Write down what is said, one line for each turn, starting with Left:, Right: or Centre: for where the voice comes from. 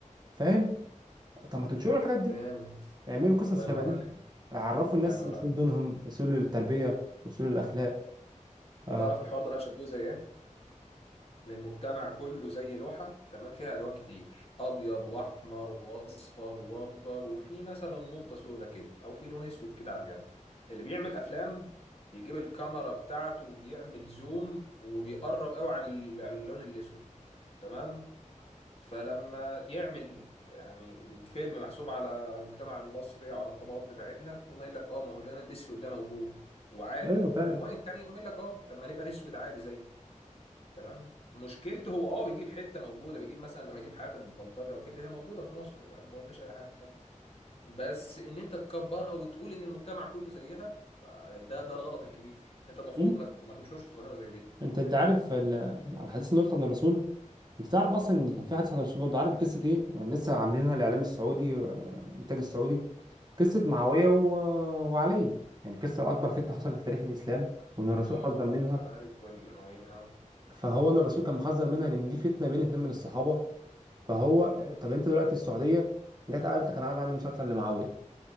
Right: فاهم طب ما تنشروا الحاجات دي
Left: فهمت
Right: اعملوا قصص
Left: الله ينور
Right: شبه دي
Left: عليك
Right: عرفوا الناس
Left: الله ينور
Right: اصول
Left: عليك
Right: دينهم اصول التربية اصول الاخلاق آه،
Left: انت تعرف الحوار ده انا بشبهه زي ايه ان المجتمع كله زي لوحة تمام فيها الوان كتير ابيض واحمر واصفر واخضر وفي مثلا نقطة سودة كده او في لون اسود كده على الجنب اللي بيعمل افلام بيجيب الكاميرا بتاعته وبيعمل زوم وبيقرب قوي على ال- على اللون الاسود تمام فلما يعمل يعني فيلم محسوب على المجتمع المصري أو على الطبقات بتاعتنا يقوم قايل لك اه ما هو اللون الاسود ده موجود وعادي
Right: ايوه
Left: فالالوان
Right: فعلا
Left: التانية يقوم قايل لك اه طب ما نبقى نسود عادي زيه تمام مشكلته هو اه بيجيب حته موجوده بيجيب مثلا لو هيجيب حياه البلطجه وكده هي موجوده في مصر وما قلناش اي حاجه بس ان انت تكبرها وتقول ان المجتمع كله زيها ده ده الغلط الكبير انت المفروض
Right: مم.
Left: ما ت- ما تنشرش ظاهره زي دي
Right: انت انت عارف ال- على الحديث اللي قلت عن الرسول انت تعرف اصلا ان كان في حديث عن الرسول برضه عارف قصه ايه لسه عاملينها الاعلام السعودي آه، الانتاج السعودي قصه معاويه
Left: امم
Right: و... وعلي يعني قصه اكبر فتنه حصلت في تاريخ الاسلام وان الرسول
Left: اه
Right: حذر منها
Left: اه الخوارج والامويين اه
Right: فهو ان الرسول كان محذر منها لان دي فتنه بين اتنين من الصحابه فهو آه، طب انت دلوقتي السعوديه جت قالت لك انا عايز اعمل مسلسل لمعاويه